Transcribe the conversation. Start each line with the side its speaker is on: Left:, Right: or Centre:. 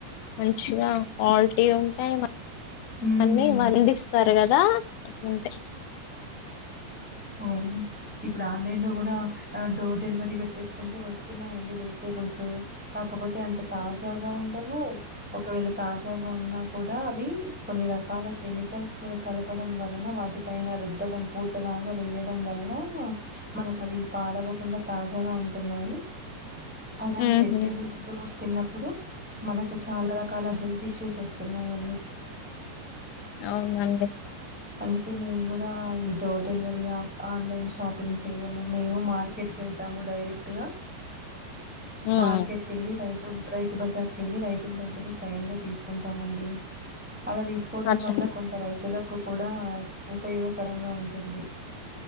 Left: మంచిగా కాల్టీ ఉంటాయి
Centre: హ్మ్.
Left: అన్నీ వండిస్తారు కదా ఉంటే
Centre: ఔను ఇప్పుడాన్లైన్లో గూడా ఆ డోర్ డెలివరీ బెట్టేస్కుంటే వ వొస్తున్నాయండి. వెజిటేబుల్ స్ కాకపోతే అంత తాజాగా ఉండవు ఒకవేళ తాజాగా ఉన్నా కూడా అవీ కొన్ని రకాల కెమికల్స్ కలపడం వలన వాటి పైన రుద్దడం పోతలా వెయ్యడం వల్లా మనకవి పాడవ్వకుండా తాజాగా ఉంటున్నాయి. అలాంటి
Left: హుహు.
Centre: వెజిటేబుల్స్ ఫ్రూట్స్ తిన్నప్పుడు మనకు చాలా రకాల హెల్త్ ఇష్యూస్ ఒస్తున్నాయి అన్నీ.
Left: ఔనండి
Centre: అందుకే మేం గుడా ఈ డోర్ డెలివరీ అ ఆన్లైన్ షాపింగ్ చేయ్యము మేము మార్క్ ర్కెటికెళ్తాము డైరెక్ట్ గా
Left: హ్మ్.
Centre: మార్కెట్కెల్లి రైత్ రైతు బజార్కెళ్ళి రైతుల దగ్గరె స్వయంగా తీసుకుంటామండి. అలా తీసుకోవడం
Left: అట్లా
Centre: వల్ల కొంత రైతులకు కూడా ఉపయోగకరంగా ఉంటు టుంది